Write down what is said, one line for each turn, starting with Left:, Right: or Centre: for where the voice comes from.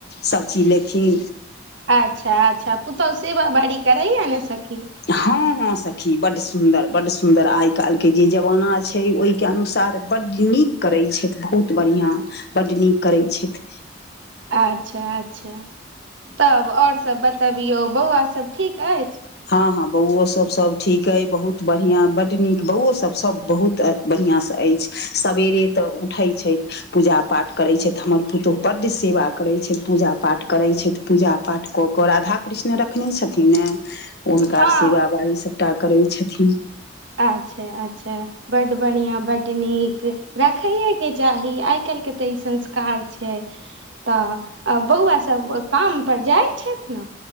Left: सभचीज लेथिन
Right: अच्छा अच्छा पूतोह सेवा बाड़ी करइय ने सखी
Left: हँ हँ सखी बड सुन्दर बड सुन्दर आइ काल्हि के जे जमाना छै ओहिके अनुसार बड नीक करै छथि बहुत बढ़िआँ बड नीक करैत छथि
Right: अच्छा अच्छा तब ओर सब बतबियौ बौआ सब ठीक अछि
Left: हँ हँ बौओ सब सब ठीक अइ बहुत बढ़ियां बड नीक बौओ सब सब बहुत तऽ बढ़िआँसँ अछि सबवेरे तऽ उठै छथि पूजा पाठ करैत छथि हमर पुतहु बड सेवा करैत छथि पूजा पाठ करैत छथि पूजा पाठ कऽ कऽ राधा कृष्ण रखने छथिन ने हुनका
Right: हँ
Left: सेवा बारी सभटा करै छथिन
Right: अच्छा अच्छा बड बढ़िया बड नीक राखैएके चाही आइ काल्हिके तऽ ई संस्कार छै तऽ बौआ सभ काम पर जाइ छथि ने